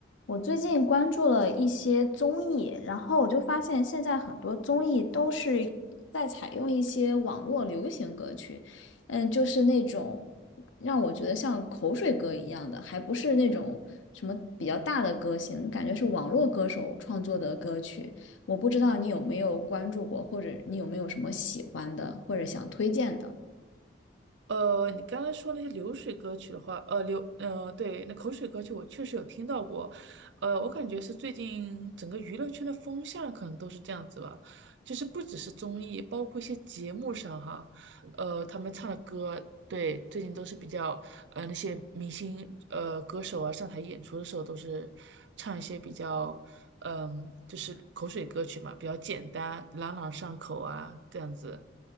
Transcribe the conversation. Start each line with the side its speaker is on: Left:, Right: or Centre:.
Left: 我最近关注了一些综艺，然后我就发现现在很多综艺都是在采用一些网络流行歌曲，嗯，就是那种让我觉得像口水歌一样的，还不是那种什么比较大的歌星，感觉是网络歌手创作的歌曲。我不知道你有没有关注过，或者你有没有什么喜欢的，或者想推荐的？
Right: 呃，你刚才说那些流水歌曲的话，呃，流，呃，对，那口水歌曲我确实有听到过，呃，我感觉是最近整个娱乐圈的风向可能都是这样子吧，就是不只是综艺，包括一些节目上哈，呃，他们唱的歌，对，最近都是比较，呃，那些明星，呃，歌手啊，上台演出的时候都是唱一些比较，嗯、就是口水歌曲嘛，比较简单，朗朗上口啊，这样子。